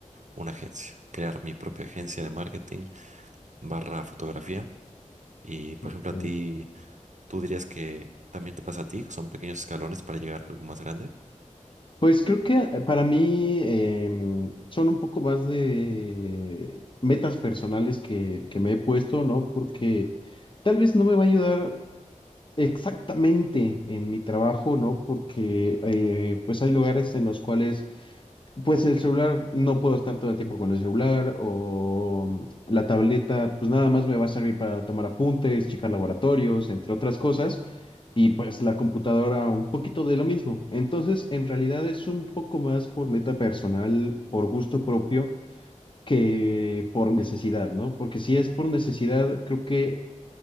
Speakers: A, on the right (about 65°); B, on the left (about 40°).
A: una agencia, crear mi propia agencia de marketing barra fotografía. Y, por
B: ok.
A: ejemplo, a ti, tú dirías que también te pasa a ti, que son pequeños escalones para llegar a algo más grande.
B: Pues creo que eh, para mí em, son un poco más de metas personales que, que me he puesto, ¿no? Porque tal vez no me va a ayudar exactamente en mi trabajo, ¿no? Porque eh, pues hay lugares en los cuales Pues el celular, no puedo estar todo el tiempo con el celular o la tableta, pues nada más me va a servir para tomar apuntes, checar laboratorios, entre otras cosas, y pues la computadora un poquito de lo mismo. Entonces, en realidad es un poco más por meta personal, por gusto propio, que por necesidad, ¿no? Porque si es por necesidad, creo que